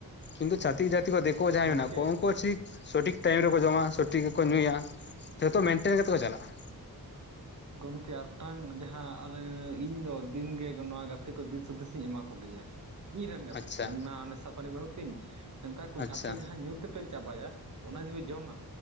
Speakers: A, on the left; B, on the right.
A: ᱠᱤᱱᱛᱩ ᱪᱟᱛᱷᱤᱠ ᱡᱟᱛᱤ ᱠᱚ ᱫᱮᱠᱳ ᱡᱟᱦᱟᱭᱸ
B: ᱜᱚᱢᱠᱮ
A: ᱢᱮᱱᱟᱜ ᱠᱚ ᱩᱱᱠᱩ ᱪᱤᱠ ᱥᱚᱴᱷᱤᱠ ᱴᱟᱭᱤᱢ ᱨᱮᱠᱚ ᱡᱚᱢᱟ ᱥᱚᱴᱷᱤᱠ ᱜᱮᱠᱚ ᱧᱩᱭᱟ ᱡᱷᱚᱛᱚ ᱢᱮᱱᱴᱮᱱ ᱠᱟᱛᱮ ᱠᱚ ᱪᱟᱞᱟᱜᱼᱟ ᱾
B: <inaudible> ᱜᱚᱢᱠᱮ ᱟᱨ ᱢᱤᱫᱴᱟᱝ ᱡᱟᱦᱟᱸ ᱟᱞᱮ ᱤᱧ ᱫᱚ ᱫᱤᱱ ᱜᱮ ᱱᱚᱣᱟ ᱜᱟᱛᱮ ᱠᱚ ᱫᱤᱥ ᱦᱩᱫᱤᱥ ᱤᱧ ᱮᱢᱟ ᱠᱚᱜᱮᱭᱟ ᱾ ᱢᱤᱫ ᱨᱮᱱ ᱜᱟᱛᱮ
A: ᱟᱪᱪᱷᱟ
B: ᱠᱚ ᱤᱧ ᱢᱟ ᱱᱮᱥᱟ ᱯᱟᱹᱱᱤ ᱵᱟᱹᱱᱩᱜ ᱛᱤᱧ ᱢᱮᱛᱟ ᱠᱩᱣᱟᱹᱧ
A: ᱟᱪᱪᱷᱟ
B: ᱟᱯᱮ ᱡᱟᱦᱟᱸ ᱧᱩ ᱛᱮᱯ ᱯᱮ ᱪᱟᱵᱟᱭᱟ ᱚᱱᱟ ᱡᱩᱫᱤ ᱯᱮ ᱡᱚᱢᱟ